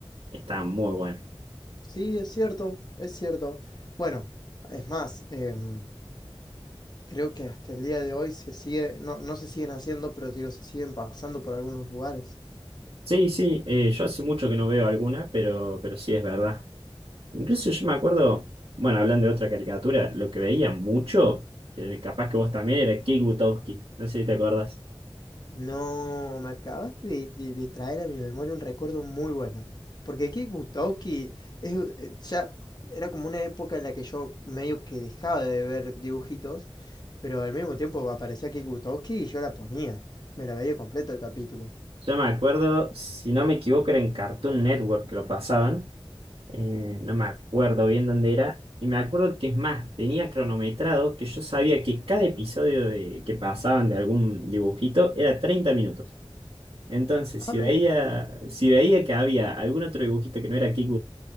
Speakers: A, on the right (about 75°); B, on the left (about 45°).
A: estaban muy buenas.
B: Sí, es cierto, es cierto. Bueno, es más, em, creo que hasta el día de hoy se sigue, no, no se siguen haciendo, pero digo, se siguen pasando por algunos lugares.
A: Sí, sí, eh, yo hace mucho que no veo alguna, pero, pero sí es verdad. Incluso yo me acuerdo, bueno, hablando de otra caricatura, lo que veía mucho, que capaz que vos también, era Kick Butowski. No sé si te acordás.
B: No, me acabas de, de- de traer a mi memoria un recuerdo muy bueno. Porque aquí Butowski es, eh, ya era como una época en la que yo medio que dejaba de ver dibujitos, pero al mismo tiempo aparecía Kik Butowski y yo la ponía. Me la veía completo el capítulo.
A: Yo me acuerdo, si no me equivoco, era en Cartoon Network que lo pasaban. eh, no me acuerdo bien dónde era, y me acuerdo que es más, tenía cronometrado que yo sabía que cada episodio de, que pasaban de algún dibujito era 30 minutos. Entonces, si
B: Ah, mi-
A: veía, si veía que había algún otro dibujito que no era Kick